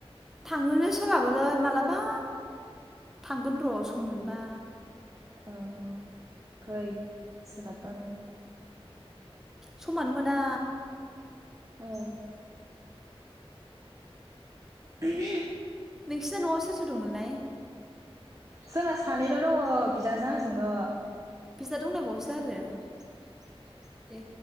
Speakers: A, in the centre; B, on the right (about 30°).
A: थांनोनो सोलाबालै मालाबा थांगोन र सम मोनबा।
B: औ औ फै सोलाबबानो।
A: समानो मोना।
B: औ बि <unintelligible>
A: नोंसिना नयाव सोर सोर दंमोनलाय?
B: जोंना सानैल दङ बिदाजों आंजो ङोल
A: बिदा दंलायबावोसो आरो ए